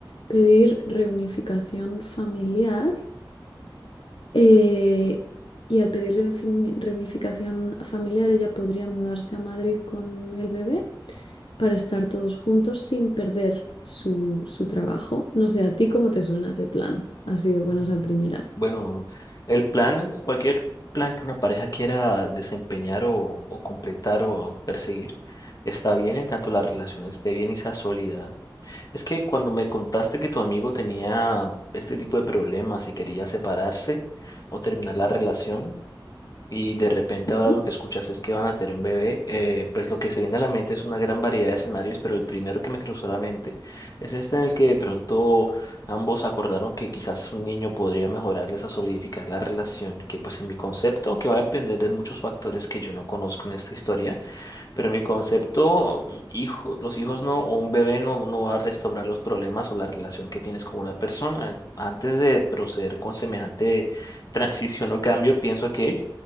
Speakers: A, on the left (about 80°); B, on the left (about 50°).
A: pedir reunificación familiar eh, y al pedir reuni- reunificación familiar, ella podría mudarse a Madrid con el bebé para estar todos juntos sin perder su, su trabajo. No sé, ¿a ti cómo te suena ese plan? Así de buenas
B: Mm.
A: a primeras.
B: Bueno, el plan, cualquier plan que una pareja quiera desempeñar o, o completar o perseguir, está bien en tanto la relación esté bien y sea sólida. Es que cuando me contaste que tu amigo tenía este tipo de problemas y quería separarse o terminar la relación y de repente
A: Ujú.
B: ahora lo que escuchas es que van a tener un bebé, eh, pues lo que se viene a la mente es una gran variedad de escenarios, pero el primero que me cruzó la mente es este en el que de pronto ambos acordaron que quizás un niño podría mejorarles a solidificar la relación, que pues en mi concepto, que va a depender de muchos factores que yo no conozco en esta historia, pero en mi concepto, hijo, los hijos no, o un bebé no, no va a restaurar los problemas o la relación que tienes con una persona. Antes de proceder con semejante <laughs> transición o cambio, pienso que